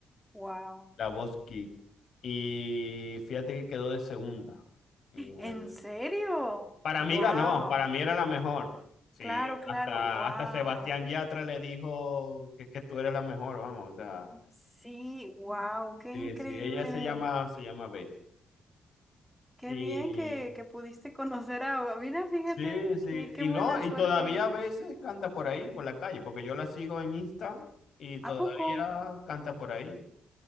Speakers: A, in the centre; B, on the left.
A: wow.
B: la Voz Kick. Y fíjate que quedó de segunda. en
A: ¿En
B: el-
A: serio?
B: Para
A: Wow.
B: mí ganó, para mí era la mejor. Sí,
A: Claro, claro,
B: hasta,
A: wow.
B: hasta Sebastián Yatra le dijo que es que tú eres la mejor, vamos, o sea,
A: Sí, wow, qué
B: sí,
A: increíble.
B: sí, ella se llama, se llama Betty.
A: Qué
B: Y
A: bien que, que pudiste conocer a... Mira, fíjate,
B: Sí, sí.
A: qué, qué
B: Y
A: buena
B: no, y
A: suerte.
B: todavía a veces canta por ahí, por la calle, porque yo la sigo en Insta y todavía
A: ¿A poco?
B: canta por ahí.